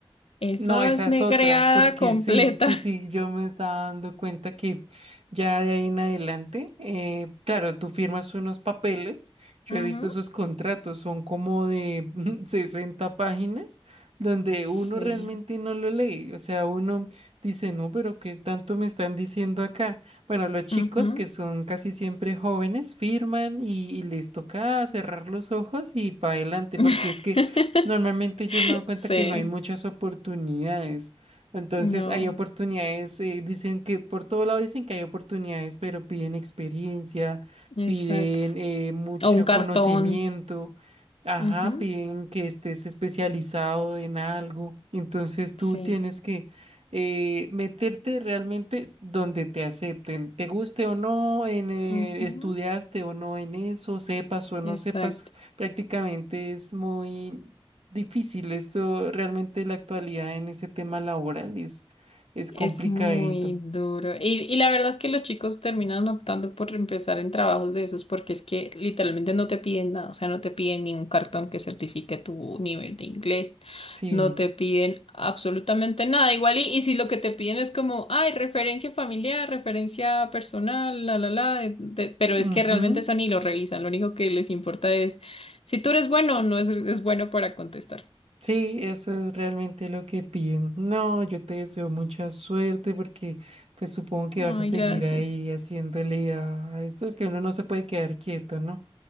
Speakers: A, on the left; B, on the right.
A: Eso
B: No, esa
A: es
B: es
A: negreada
B: otra, porque
A: completa.
B: sí, sí, sí, yo me estaba dando cuenta que ya de ahí en adelante, eh, claro, tú firmas unos papeles, yo
A: Ujú.
B: he visto esos contratos, son como de <laughs> 60 páginas, donde
A: Sí.
B: uno realmente no lo lee, o sea, uno dice, no, pero ¿qué tanto me están diciendo acá? Bueno, los chicos
A: ujú.
B: que son casi siempre jóvenes firman y, y les toca cerrar los ojos y para adelante,
A: <laughs>
B: porque es que Normalmente yo me doy cuenta
A: Sí.
B: que no hay muchas oportunidades. Entonces
A: No.
B: hay oportunidades, eh, dicen que por todo lado dicen que hay oportunidades, pero piden experiencia,
A: Exacto.
B: piden eh, mucho
A: O un
B: conocimiento,
A: cartón.
B: ajá,
A: Ujú.
B: piden que estés especializado en algo. Entonces
A: Sí.
B: tú tienes que eh, meterte realmente donde te acepten, te guste o no, en, eh,
A: ujú,
B: estudiaste o no en eso, sepas o no
A: Exacto.
B: sepas prácticamente es muy difícil. Eso realmente la actualidad en ese tema laboral es, es
A: Es
B: complicadito.
A: muy duro. Y, y la verdad es que los chicos terminan optando por empezar en trabajos de esos porque es que literalmente no te piden nada, o sea, no te piden ni un cartón que certifique tu nivel de inglés,
B: Sí.
A: no te piden absolutamente nada. Igual y, y si lo que te piden es como, ay, referencia familiar, referencia personal, la, la, la, de- de- pero
B: ujú,
A: es que realmente eso ni lo revisan, lo único que les importa es si tú eres bueno o no es, es bueno para contestar.
B: Sí, eso es realmente lo que piden. No, yo te deseo mucha suerte porque pues supongo que
A: Ay,
B: vas a seguir
A: gracias.
B: ahí haciéndole a a esto, porque uno no se puede quedar quieto, ¿no?